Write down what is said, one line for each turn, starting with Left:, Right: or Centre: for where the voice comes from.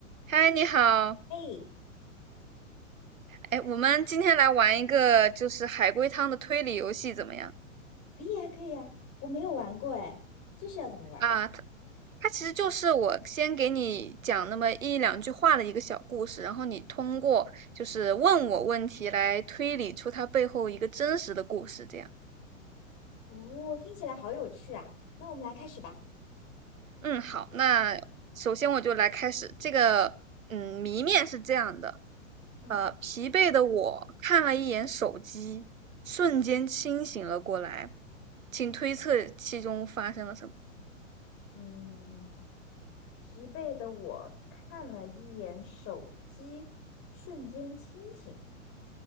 Right: 嗨，你好，
Left: 哎，
Right: 哎，我们今天来玩一个就是海龟汤的推理游戏，怎么样？
Left: 可以啊，可以啊，我没有玩过哎，这是要怎么玩的？
Right: 啊，它它其实就是我先给你讲那么一两句话的一个小故事，然后你通过就是问我问题来推理出它背后一个真实的故事，这样。
Left: 哦，听起来好有趣啊！那我们来开始吧。
Right: 嗯，好，那首先我就来开始这个，嗯，谜面是这样的，
Left: 嗯
Right: 呃，疲惫的我看了一眼手机，瞬间清醒了过来，请推测其中发生了什么。
Left: 嗯，疲惫的我看了一眼手机，瞬间清醒。